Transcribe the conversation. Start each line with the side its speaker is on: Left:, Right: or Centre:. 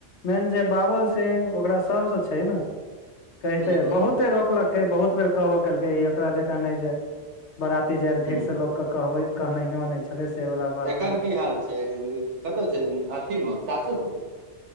Left: मेन छै बाबुल सिंह ओकरा सबसँ छै ने कते
Right: हूँ हूँ
Left: बहुते रोकलकै बहुत बेर कहबो केलकै ई ओकरा जकाँ नहि जे बराती जायल
Right: हूँ
Left: ठीक से लोकके कहबै कहनयो नहि छले से वला बात
Right: एकर
Left: मे
Right: की हाल छै कतऽ छै अथी मे सासुर म